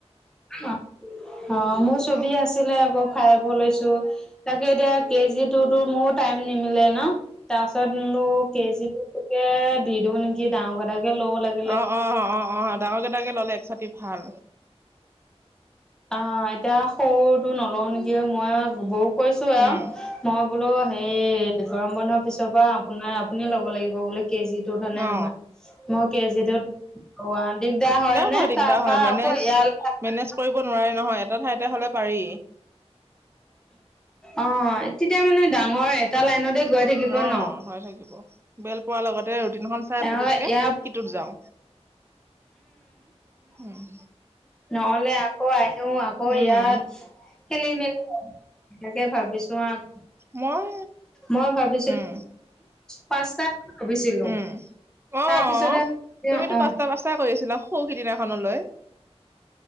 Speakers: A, in the centre; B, on the right (about 20°).
A: অ অ মোৰ ছবি আছিলে আকৌ ফাইবো লৈছো তাকে এতিয়া কে জি টু টুৰ মোৰো টাইম নিমিলে ন তাৰপাছত কেজিকে দি দিও নেকি ডাঙৰ কটাকে লব লাগে
B: অ অ অ অ অ ডাঙৰকেইটাকে ললে এক চাটি ভাল
A: অ এতিয়া সৰুটো নলওঁ নেকি মই বৌ কৈছো আৰু
B: উম
A: মই বোলো হেই গৰম বন্ধৰ পিছৰ পৰা আপোনাৰ আপুনি ল'ব লাগিব বোলে কেজিত কেউ ফালে
B: অ
A: নহয় মই কেজি তোত অ' দিগদাৰ হয়নে
B: হয় দিগদাৰ
A: তাৰ
B: হয়
A: পৰা
B: মেনেজ
A: আকৌ ইয়ালে
B: মেনেজ কৰিব নোৱাৰে নহয়, এটা ঠাইতে হ'লে পাৰি।
A: অ' তেতিয়া মানে ডাঙৰ এটা লাইনতে গৈ থাকিব
B: অ'
A: ন
B: হৈ থাকিব, বে'ল পৰাৰ লগতে ৰুটিনখন চাই পুতুককে
A: অ ইয়াৰ
B: সিটোত যাওঁ, উম
A: নহ'লে আকৌ আহো আকৌ
B: উম
A: ইয়াত খেলি মেলি হয়। তাকে ভাবিছো আৰু
B: মই
A: মই ভাবিছিলো
B: উম
A: পাঁচটা ভাবিছিলো
B: উম, অ'
A: তাৰপিছতে
B: তুমিতো
A: অ
B: পাঁচটা পাঁচটা কৰি আছিলা সৌ সিদিনাখনলৈ।